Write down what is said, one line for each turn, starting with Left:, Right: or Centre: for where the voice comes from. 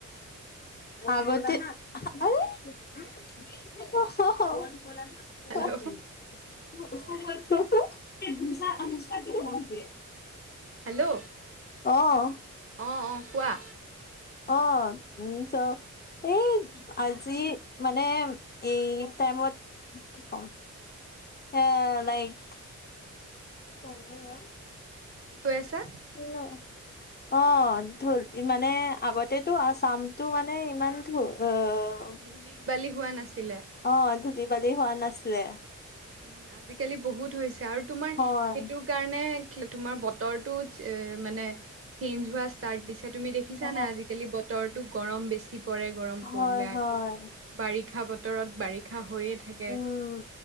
Left: <unintelligible>
Right: হেল্ল' অ
Left: <unintelligible> <unintelligible>
Right: হেল্ল'।
Left: অ'।
Right: অ', অ' কোৱা।
Left: অ' <unintelligible> এই আজি মানে এই টাইমত কি কম এ লাইক <unintelligible>
Right: কি কৈ আছা?
Left: হেল্ল'। অ' ঢোল মানে আগতেতো আচামটো মানে ইমান ঢো অ'
Right: ধূলি বালি হোৱা নাছিলে।
Left: অ' ধূলি বালি হোৱা নাছিলে।
Right: উম আজিকালি বহুত হৈছে আৰু তোমাৰ
Left: হয়
Right: সেইটো কাৰণে তোমাৰ বতৰটো মানে চেঞ্জ হোৱা ষ্টাৰ্ট দিছে তুমি দেখি দেখিছা
Left: অ
Right: নাই আজিকালি বতৰটো গৰম বেছি পৰে। গৰম
Left: হয়
Right: পৰিলে আকৌ
Left: হয়।
Right: বাৰিষা বতৰত বাৰিষা হৈয়ে থাকে।
Left: উম